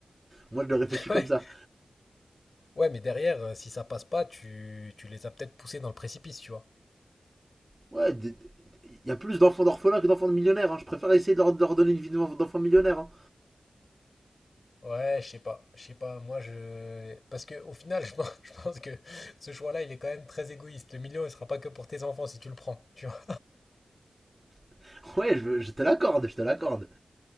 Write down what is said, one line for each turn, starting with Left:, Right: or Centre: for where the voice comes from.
Right: Moi, je le réfléchis
Left: <laughs>
Right: comme
Left: Ouais.
Right: ça.
Left: Ouais, mais derrière, euh, si ça passe pas, tu, tu les as peut-être poussés dans le précipice, tu vois.
Right: Ouais, il y a plus d'enfants d'orphelins que d'enfants de millionnaires. hein. Je préfère essayer de leur, de leur donner une vie d'enfant millionnaire. hein.
Left: Ouais, je sais pas, je sais pas, moi je... Parce que au final, je <laughs> pense, je pense que ce choix-là, il est quand même très égoïste. Le million, il sera pas que pour tes enfants si tu le prends, tu vois.
Right: <laughs> Ouais, je, je te l'accorde, je te l'accorde.